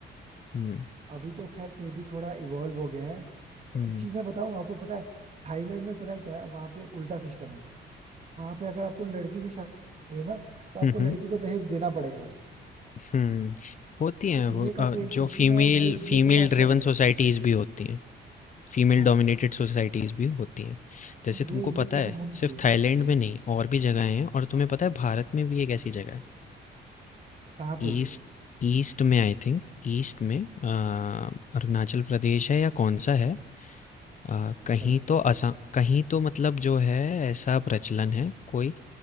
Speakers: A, on the left; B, on the right.
A: हुँ,
B: अभी तो खैर फिर भी थोड़ा इवॉल्व हो गया है
A: हुँ,
B: एक
A: हुँ।
B: चीज मैं बताऊं आपको पता है थाईलैंड में पता है क्या है वहां पे उल्टा सिस्टम है वहां पे अगर आपको लड़की से शादी करनी है ना तो आपको
A: हुँ, हुँ।
B: लड़की को दहेज देना पड़ेगा
A: हम्म, होती हैं
B: लेकिन
A: वो
B: ये
A: अ,
B: काफी
A: जो
B: इंटरेस्टिंग
A: फीमेल
B: है और ये
A: फीमेल
B: ये थोड़ा अच्छा
A: ड्रिवन
B: भी
A: सोसाइटीज़
B: है
A: भी होती हैं फीमेल
B: हाँ
A: डोमिनेटेड सोसाइटीज़ भी होती हैं जैसे तुमको
B: ये ये
A: पता
B: चीजें
A: है
B: होनी
A: सिर्फ
B: चाहिए
A: थाईलैंड में नहीं और भी जगहें हैं और तुम्हें
B: हाँ,
A: पता है भारत में भी एक ऐसी जगह है
B: कहाँ
A: ईस्ट
B: पे
A: ईस्ट में आई थिंक ईस्ट में अ, अरुणाचल प्रदेश है या कौन सा है अ,
B: अच्छा
A: कहीं तो असम कहीं तो मतलब जो है ऐसा प्रचलन है कोई